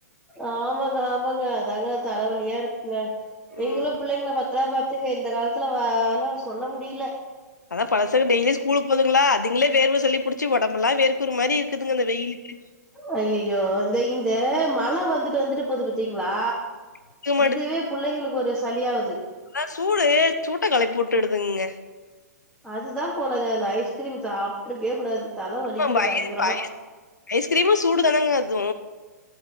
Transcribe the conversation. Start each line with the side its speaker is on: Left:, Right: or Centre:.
Centre: ஆமாங்க ஆமாங்க அதாங்க தலவலியா இருக்குங்க நீங்களு
Left: ம்
Centre: புள்ளைங்கள பத் பத்ரமா பாத்துக்கங்க இந்த காலத்துல வா ல்லா சொல்ல முடியில
Left: அதா பசங்க டெய்லி ஸ்கூலுக்கு போதுங்ளா அதுங்ளே வேர்வ சளி புடிச்சி ஒடம்பெல்லா வேர்க்குரு மாரி இருக்குதுங்க இந்த வெயிலுக்கு
Centre: அய்யய்யோ இந்த இங்க மழ வந்துட்டு வந்துட்டு போது பத் திங்ளா
Left: நிக்க
Centre: இதுவே புள்ளைங்களுக்கு ஒரு சளியாவுது
Left: அதா சூடு சூட்ட கெளப்பி வுட்டுடுதுங்க
Centre: அதுதா போலங்க அந்த ஐஸ்கிரீம் சாப்ட்ருக்கயே கூடாது தல வலிக்குது
Left: ஆமா
Centre: பயங்கரமா
Left: <unintelligible> ஐஸ்கிரீமு சூடு தானங்க அது